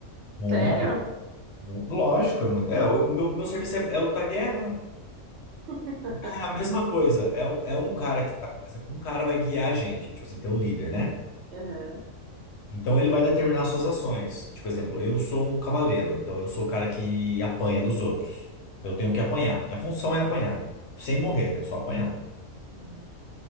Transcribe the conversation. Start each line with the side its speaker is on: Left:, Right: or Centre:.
Left: muito.
Right: Sério?
Left: mu- Lógico, é muito. É, o o meu, meu serviço é, é lutar guerra.
Right: É. <laughs>
Left: É a mesma coisa. É um, é um cara que tá. por exemplo, Um cara vai guiar a gente. Tipo assim, tem um líder, né?
Right: Uhum.
Left: Então ele vai determinar suas ações. Tipo, por exemplo, eu sou um cavaleiro, então eu sou o cara que apanha dos outros. Eu tenho
Right: É.
Left: que apanhar. Minha função é apanhar. Sem morrer, né? Só apanhar.
Right: Uhum,